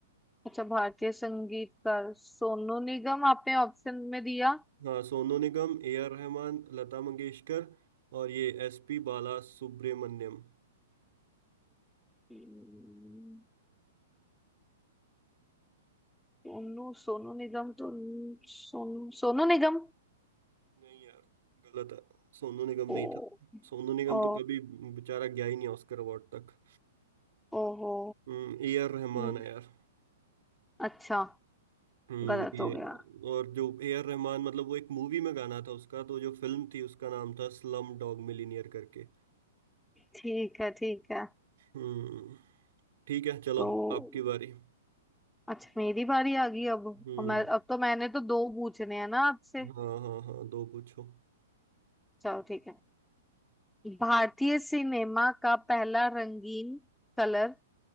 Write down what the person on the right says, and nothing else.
हाँ सोनू निगम ए आर रहमान लता मंगेशकर और ये एस पी बाला सुब्रमण्यम
नहीं यार गलत है सोनू निगम
नहीं था सोनू निगम
तो कभी बेचारा गया ही नहीं ऑस्कर अवार्ड तक
हम्म ए आर रहमान
है यार
हम्म
ये
और जो ए आर रहमान मतलब वो एक मूवी में गाना था उसका तो जो फिल्म थी उसका नाम था स्लम डॉग मिलीनियर करके
हम्म ठीक है चलो
आपकी बारी
हम्म
हाँ हाँ हाँ दो पूछो